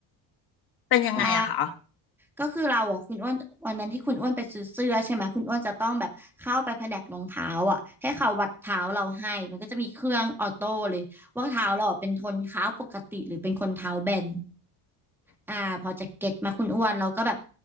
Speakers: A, on the left (about 60°); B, in the centre.
A: เป็นยังไงอะคะ
B: ใช่ ก็คือเราอ่ะคุณอ้วนวันนั้นที่คุณอ้วนไปซื้อเสื้อใช่ไหมคุณอ้วนจะต้องแบบเข้าไปแผนกรองเท้าอ่ะให้เขาวัดเท้าเราให้มันก็จะมีเครื่องออโต้เลยว่าเท้าเราอะเป็นคนเท้าปกติหรือเป็นคนเท้าแบนอ่าพอจะเก็ตมาคุณอ้วนเราก็แบบ